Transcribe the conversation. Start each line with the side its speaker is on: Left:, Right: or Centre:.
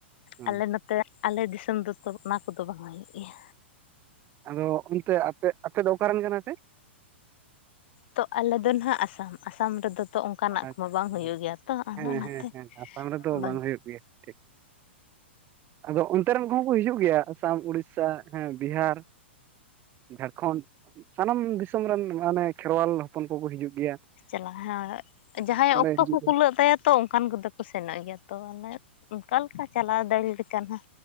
Right: ᱦᱮᱸ
Left: ᱟᱞᱮ ᱱᱚ ᱟᱞᱮ ᱫᱤᱥᱚᱢ ᱫᱚᱛᱚ ᱚᱱᱟ ᱠᱚᱫᱚ ᱵᱟᱝ ᱦᱩᱭᱩᱜ ᱜᱮᱭᱟ,
Right: ᱟᱫᱚ ᱚᱱᱛᱮ ᱟᱯᱮ ᱟᱯᱮ ᱫᱚ ᱚᱠᱟᱨᱮᱱ ᱠᱟᱱᱟ ᱯᱮ,
Left: ᱛᱚ ᱟᱞᱮ ᱫᱚ ᱱᱷᱟᱜ ᱟᱥᱟᱢ ᱟᱥᱟᱢ ᱨᱮᱫᱚ, ᱛᱚ ᱚᱱᱠᱟᱱᱟᱜ
Right: ᱟᱪᱪᱷᱟ
Left: ᱠᱚᱢᱟ ᱵᱟᱝ ᱦᱩᱭᱩᱜ ᱜᱮᱭᱟ ᱛᱚ ᱟᱫᱚ
Right: ᱦᱮᱸ
Left: ᱚᱱᱟᱛᱮ
Right: ᱦᱮᱸ ᱦᱮᱸ ᱟᱥᱟᱢ ᱨᱮᱫᱚ
Left: ᱵᱟᱝ
Right: ᱦᱩᱭᱩᱜ
Left: <inaudible>
Right: ᱜᱮᱭᱟ ᱴᱷᱤᱠ ᱟᱫᱚ ᱚᱱᱛᱮ ᱨᱤᱱ ᱠᱚᱦᱚᱸ ᱠᱚ ᱦᱤᱡᱩᱜ ᱜᱮᱭᱟ ᱟᱥᱟᱢ ᱩᱲᱤᱥᱥᱟ ᱦᱮᱸ ᱵᱤᱦᱟᱨ, ᱡᱷᱟᱲᱠᱷᱚᱸᱰ ᱥᱟᱱᱟᱢ ᱫᱤᱥᱚᱢ ᱨᱮᱱ ᱢᱟᱱᱮ ᱠᱷᱮᱨᱣᱟᱞ ᱦᱚᱯᱚᱱ ᱠᱚᱠᱚ ᱦᱤᱡᱩᱜ ᱜᱮᱭᱟ,
Left: ᱪᱟᱞᱟᱜ ᱦᱮᱸ ᱡᱟᱦᱟᱸᱭᱟᱜ
Right: ᱱᱚᱸᱰᱮ
Left: ᱚᱠᱛᱚ
Right: ᱦᱤᱡᱩᱜ
Left: ᱠᱚ
Right: ᱜᱮ
Left: ᱠᱩᱞᱟᱹᱜ ᱛᱟᱭᱟ ᱛᱚ ᱚᱱᱠᱟᱱ ᱠᱚᱫᱚ ᱠᱚ ᱥᱮᱱᱚᱜ ᱜᱮᱭᱟ ᱛᱚ ᱢᱟᱱᱮ, ᱚᱠᱟᱞᱮᱠᱟ ᱪᱟᱞᱟᱣ ᱫᱟᱲᱮ ᱞᱮᱠᱟᱱ ᱦᱚᱸ